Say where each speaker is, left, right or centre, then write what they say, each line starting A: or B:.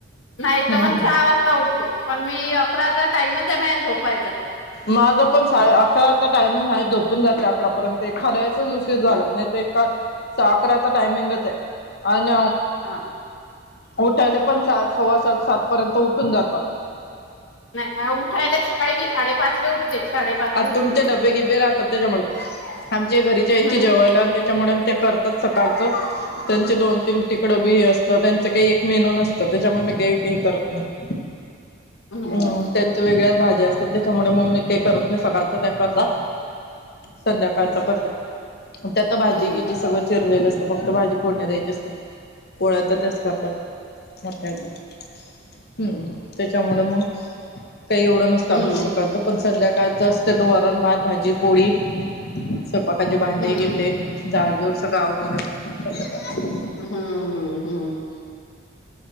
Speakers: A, on the left (about 75°); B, on the left (about 55°).
A: नाही
B: हम्म
A: तर मग
B: हम्म
A: सहा वाजता उठते पण मी अकरा चा टाइमच आहे मा झोपायचा
B: माझं पण सा अकराचा टायमिंग आहे झोपून जाते अकरापर्यंत एखाद्याच उशीर झालात नाही ते अकराचा टाईमीगंच आहे आणि
A: हा
B: उठायला पण सात सव्वा सात सात पर्यंत उठून जातो आम्ही
A: नाही उठायला सकाळी मी साडेपाच ला उठते साडेपाचले
B: आ
A: उठते
B: तुमचे
A: मी.
B: डबे गिबे राहतात त्याच्यामु आमच्या घरीच्या यायचे
A: हम्म
B: जेवयला आणि त्याच्यामुळ ते करतात सकाळच त्यांचे दोन तीन तिकड बी हे असतं त्यांच काही एक मेनू नसतं त्याच्यामुळे मी काही काही करत नाही
A: हम्म
B: हम् त्यांच वेगळ्याच भाज्या असतात त्याच्यामुळे मग मी काही करत सकाळच त्याकरता संध्याकाळचा करते मग त्यात भाजी
A: हम्म
B: गिजी सगळं चिरलेलं अस फक्त भाजी फोडणी द्यायची असते पोळ्या तर त्याच करतात मोठ्या येतात हम्म त्याच्यामुळं मग काही एवढं नसतं
A: हम्म
B: आमचं सकाळचं पण संध्याकाळचं असतं तर वरण भात भाजी पोळी स्वयपाकाचे भांडे
A: हम्म
B: गिंडे झाडजूड सगळं आवरून देतो आपण संध्याकाळचं
A: हम्म हम्म हम्म